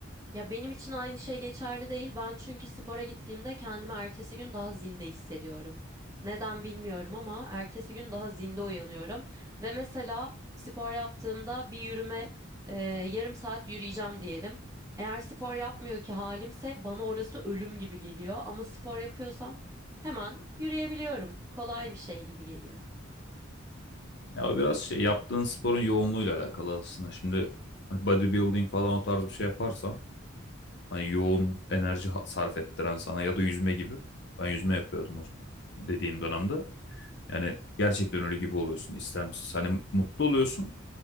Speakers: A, on the right (about 15°); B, on the left (about 55°).
A: Ya benim için aynı şey geçerli değil. Ben çünkü spora gittiğimde kendimi ertesi gün daha zinde hissediyorum. Neden bilmiyorum ama ertesi gün daha zinde uyanıyorum. Ve mesela spor yaptığımda bir yürüme e, yarım saat yürüyeceğim diyelim. Eğer spor yapmıyor ki halimse bana orası ölüm gibi geliyor. Ama spor yapıyorsam hemen yürüyebiliyorum. Kolay bir şey gibi geliyor.
B: Ya o biraz şey yaptığın sporun yoğunluğuyla alakalı aslında. Şimdi hani bodybuilding falan o tarz bir şey yaparsan hani yoğun enerji ha- sarf ettiren sana ya da yüzme gibi. Ben yüzme yapıyordum o dediğim dönemde. Yani gerçekten ölü gibi oluyorsun istemsiz. Hani mutlu oluyorsun.